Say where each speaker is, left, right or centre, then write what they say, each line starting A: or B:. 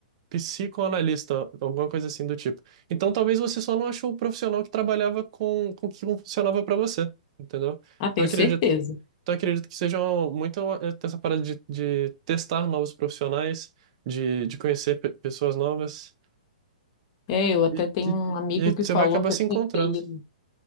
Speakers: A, on the right; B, on the left.
A: psicoanalista, alguma coisa assim do tipo. Então talvez você só não achou o profissional que trabalhava com, com o que funcionava para você, entendeu?
B: Ah,
A: Então
B: tenho
A: eu acredito,
B: certeza.
A: então eu acredito que seja muito eh, essa parada de, de testar novos profissionais, de, de conhecer pe- pessoas novas
B: É, eu até
A: e,
B: tenho
A: e,
B: um amigo
A: e
B: que
A: você
B: falou
A: vai acabar
B: que
A: se
B: eu tinha
A: encontrando.
B: que ter ido.